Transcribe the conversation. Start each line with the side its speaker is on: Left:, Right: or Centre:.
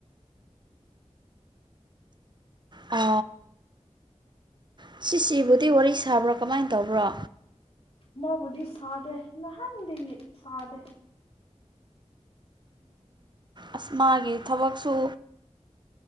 Right: ꯑ ꯁꯤꯁꯤꯕꯨꯗꯤ ꯋꯥꯔꯤ ꯁꯥꯕ꯭ꯔꯥ ꯀꯃꯥꯏꯅ ꯇꯧꯕ꯭ꯔꯣ
Left: ꯃꯥꯕꯨꯗꯤ ꯁꯥꯗꯦ ꯅꯍꯥꯟꯗꯤ ꯁꯥꯗꯦ
Right: ꯑꯁ ꯃꯥꯒꯤ ꯊꯕꯛꯁꯨ